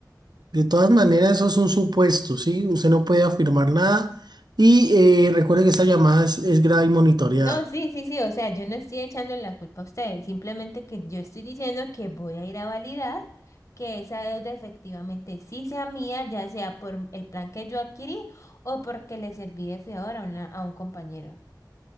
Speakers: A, on the right; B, on the left.
A: de todas maneras, eso es un supuesto, ¿sí? Usted no puede afirmar nada y eh, recuerde que esa llamada es es grave y monitoreada.
B: No, sí, sí, sí, o sea, yo no estoy echando la culpa a ustedes, simplemente que yo estoy diciendo que voy a ir a validar que esa deuda efectivamente sí sea mía, ya sea por el plan que yo adquirí o porque le serví de fiador a una, a un compañero.